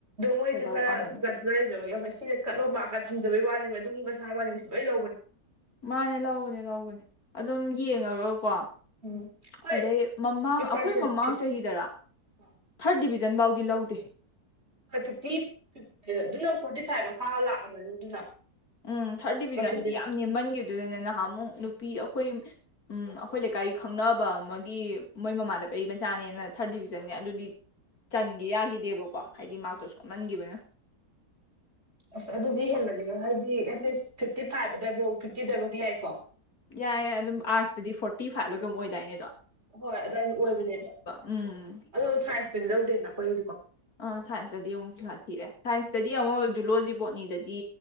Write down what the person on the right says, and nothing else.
ꯃꯣꯏꯖꯨ
ꯈꯔꯥ
ꯒꯁꯇ ꯂꯩꯖꯕꯒꯤ ꯀꯥꯠꯇ ꯑꯣꯝ ꯃꯥꯛꯀ ꯊꯝꯖꯟꯕꯒꯤ ꯋꯥꯅꯤꯕ ꯑꯗꯨꯝ <unintelligible> ꯃꯤꯁ ꯂꯣꯏ ꯂꯎꯕꯅꯤ
ꯎꯝ ꯍꯣꯏ
ꯐꯤꯞ
ꯄꯥꯔꯁꯦꯟ
ꯐꯤꯞ
ꯍꯣꯏ
ꯍꯣꯏ ꯐꯤꯐꯇꯤ ꯐꯤꯇꯤ ꯑꯗꯨꯅ ꯐꯣꯔꯇꯤ ꯐꯥꯏꯚ ꯃꯈꯥ ꯂꯥꯛꯑꯕꯅꯤ ꯑꯗꯨꯅ
ꯄꯥꯔꯁꯦꯟꯇꯦꯖꯇ
ꯑꯥ
ꯎꯝ
ꯑꯁ ꯑꯗꯨꯗꯤ ꯍꯦꯃꯜꯂꯤꯍꯦ ꯍꯥꯏꯗꯤ ꯑꯦꯠꯂꯤꯁ ꯐꯤꯐꯇꯤ ꯐꯥꯏꯚ ꯑꯗꯨ ꯋꯥꯏꯐꯧ ꯐꯤꯐꯇꯤꯗꯋꯥꯏꯐꯥꯎꯗꯤ ꯌꯥꯏꯀꯣ
ꯍꯣꯏ ꯑꯗꯨꯅ ꯑꯣꯏꯕꯅꯦꯕ
ꯑꯗꯣ ꯁꯥꯏꯟꯁ ꯂꯧꯗꯦꯅ ꯑꯩꯈꯣꯏꯒꯤꯗꯤꯀꯣ